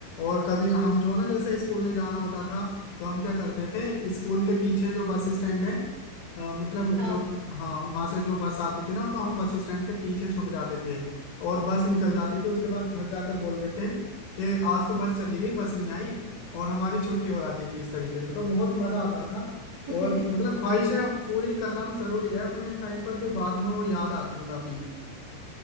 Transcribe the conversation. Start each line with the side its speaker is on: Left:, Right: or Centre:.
Left: और कभी हम जो ना जैसे स्कूल नहीं जाना होता था तो हम क्या करते थे
Right: हम्म
Left: स्कूल के पीछे जो बस स्टैंड है अ, मतलब
Right: हाँ
Left: जो बस- हाँ वहां से जो बस आती थी ना तो हम बस स्टैंड के पीछे छुप जाते थे और बस निकल जाती थी उसके बाद घर जाकर बोल देते कि आज तो बस चली गई बस नहीं आई और हमारी छुट्टी हो जाती थी इस तरीके से तो बहुत मजा आता था
Right: <laughs>
Left: और मतलब ख्वाहिशें पूरी करना भी जरूरी है अपने टाइम पर फिर बाद में वो याद आती है काफी